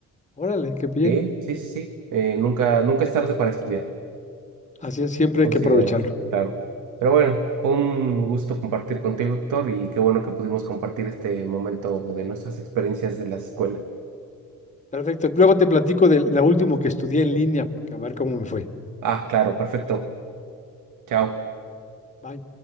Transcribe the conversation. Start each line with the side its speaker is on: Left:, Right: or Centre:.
Left: Órale, qué bien.
Right: Sí, sí, sí, sí. Eh, nunca, nunca es tarde para estudiar.
Left: Así es, siempre
Right: Considero,
Left: hay que aprovechar.
Right: claro. Pero bueno, fue un gusto compartir contigo, Héctor, y qué bueno que pudimos compartir este momento de nuestras experiencias de la escuela.
Left: Perfecto. Luego te platico de la último que estudié en línea, a ver cómo me fue.
Right: Ah, claro, perfecto. Chao.
Left: Bye.